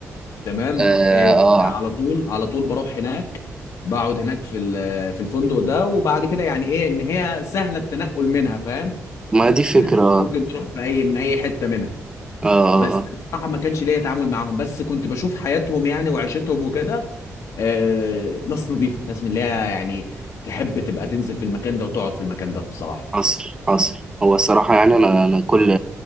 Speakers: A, on the left; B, on the right.
A: تمام
B: اه,
A: إيه،
B: آه.
A: على طول على طول بروح هناك بقعد هناك في ال- في الفندق ده وبعد كده يعني ايه ان هي سهله التنقل منها فاهم
B: ما دي فكرة
A: ان إنت
B: اه
A: ممكن تروح في اي من اي حته منها
B: اه آه.
A: بس الصراحه ما كانش ليا تعامل معاهم بس كنت بشوف حياتهم يعني وعيشتهم وكده آه، ناس نظيفه ناس من اللي هي يعني تحب تبقى تنزل في المكان ده وتقعد في المكان ده بصراحه
B: عصر عصر هو الصراحة يعني انا انا كل